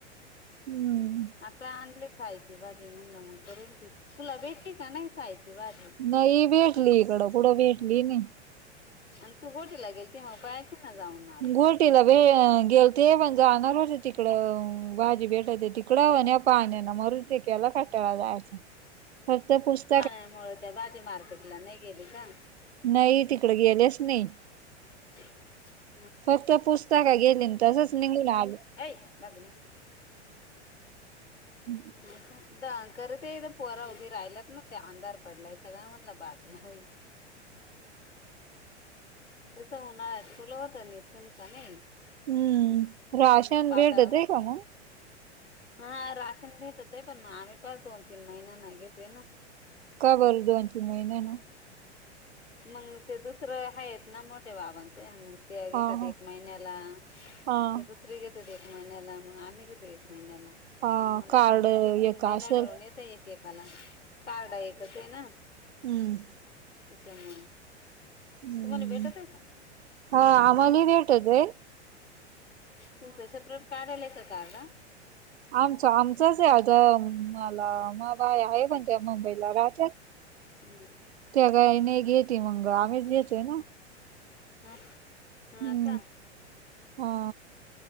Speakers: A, on the right; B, on the left.
A: हम्म
B: आता आणले खायची भाजी. म्हणलं मग करेन की. तुला भेटली का नाही, खायची भाजी.
A: नाही भेटली इकडं. कुठं भेटली नाही.
B: अन् तू गोटीला गेलती मग, पायची ना जाऊन ना.
A: गोटीला वे गेलते. पण जाणार होते तिकडं भाजी भेटते तिकडं. न या पाण्यान मरू दे. केला कटाळा जायचा. फक्त पुस्
B: पाण्यामुळ त्या भाजी मार्केटला, नाही गेली का?
A: नाही, तिकड गेलेच नाही.
B: <inaudible>
A: फक्त पुस्तक गेले, न तसंच निघून आले.
B: ए बा <unintelligible> ना.
A: अ
B: होय का. खरं ते पोरं उभी राहिल्यात ना. ते अंधार पडलाय सगळा म्ह बाजुला होयना. तसं, उन्हाळ्यात ठुलं होतं निसून. का नाही.
A: हम्म. राशन
B: पण मग पाता
A: भेटतय का? मग.
B: हा, राशन भेटतय. पण मा आम्ही पण दोन- तीन महिन नाही घेतोय ना.
A: का, बरं? दोन - तीन महिन्यानी.
B: मग ते दुसरं हायत ना, मोठे बाबा. न तेन. त्या घेत्यात
A: हा हा
B: एक महिन्याला.
A: हा
B: ते दुस दुसरी घेतात एक महिन्याला. मग आम्ही घेतो एक महिन्याला.
A: हा
B: न आमाला
A: कार्ड
B: असं.
A: एक
B: तीन - तीन महिना
A: असं
B: मिळून येत एकेकाला. कार्ड एकचय न.
A: हम्म
B: त्यामुळ.
A: हम्म
B: तुम्हाली, भेटतय का?
A: हा, आम्हाली भेटतय.
B: तुमचं सेपरेट काढलय का? कार्ड.
A: आमचं, आमचचय आता. मला मा बाय आहे पण. त्या मुंबईला राहतात.
B: हम्म
A: त्या गाई ने घेते मंग. आम्हीच घेतोय ना.
B: हा.
A: हम्म
B: हा, का?
A: हा.